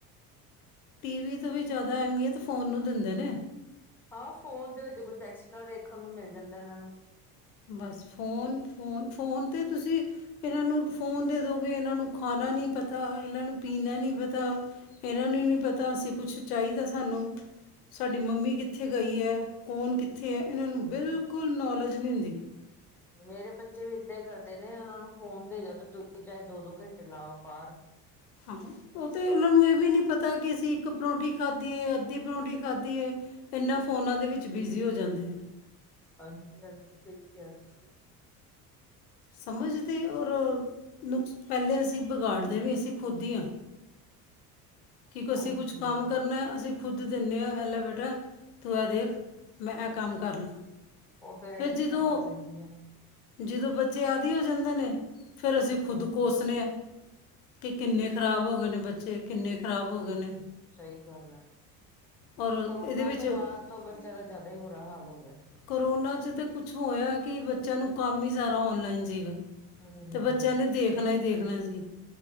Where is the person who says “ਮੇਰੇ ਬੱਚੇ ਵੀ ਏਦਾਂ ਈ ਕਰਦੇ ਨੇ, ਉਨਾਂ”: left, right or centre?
Centre